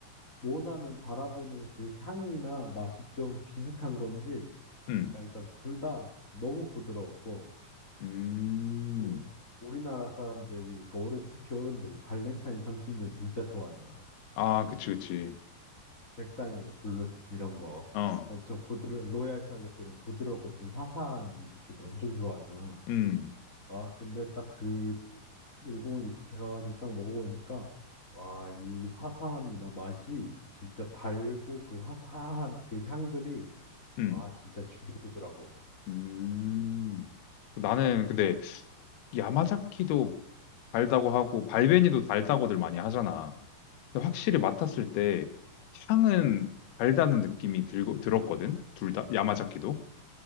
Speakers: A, on the left; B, on the left.
A: 원하는 바라보는 그 향이나 맛이 좀 비슷한 건지
B: 음,
A: 그러니까 일단 둘 다 너무 부드러웠고
B: 음.
A: 우- 우리나라 사람들이 그 어른 특히 어른들이 발렌타인 30년 진짜 좋아하잖아.
B: 아, 그치, 그치.
A: 백단일 블루 이런 거
B: 어,
A: 엄청 부드러 로얄 샬롯 이런 부드럽고 좀 화사한 위스키들 엄청 좋아하잖아.
B: 음,
A: 아, 근데 딱 그 일본 위스키 가가지고 딱 먹어보니까 와, 이 화사함이나 맛이 진짜 달고 그 화사한 그 향들이
B: 음,
A: 와, 진짜 죽여주더라고.
B: 음.
A: 이,
B: 나는 근데 야마자키도 달다고 하고 발베니도 달다고들 많이 하잖아. 근데 확실히 맡았을
A: 그치, 그치.
B: 때 향은
A: 음,
B: 달다는 느낌이 들고 들었거든. 둘다 야마자키도.